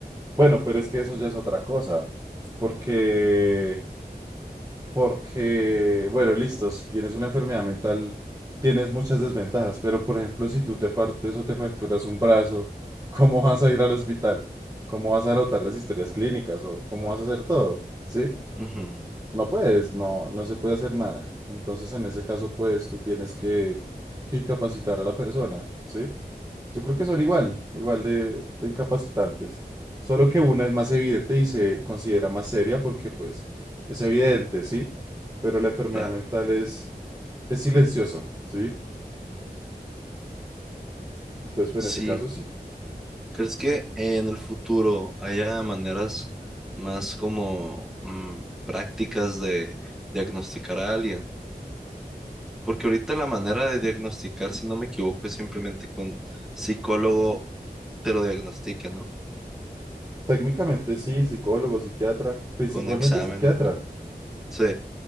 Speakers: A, on the right; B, in the centre.
A: Bueno, pero es que eso ya es otra cosa, porque Porque, bueno, listo, si tienes una enfermedad mental, tienes muchas desventajas, pero por ejemplo, si tú te partes o te fracturas un brazo, <laughs> ¿cómo vas a ir al hospital? ¿Cómo vas a anotar las historias clínicas o cómo vas a hacer todo? ¿Sí?
B: Ujú,
A: No puedes, no, no se puede hacer nada. Entonces, en ese caso, pues tú tienes que, que incapacitar a la persona, ¿sí? Yo creo que son igual, igual de, de incapacitantes. Solo que una es más evidente y se considera más seria porque pues es evidente, ¿sí? Pero la enfermedad
B: claro.
A: mental es, es silenciosa, ¿sí? Entonces, pues,
B: Sí,
A: en ese caso sí.
B: ¿crees que en el futuro haya maneras más como mm, prácticas de diagnosticar a alguien? Porque ahorita la manera de diagnosticar, si no me equivoco, es simplemente con psicólogo te lo diagnostique, ¿no?
A: Técnicamente sí, psicólogo, psiquiatra, principalmente
B: Con exámenes,
A: psiquiatra,
B: ¿no? Sí,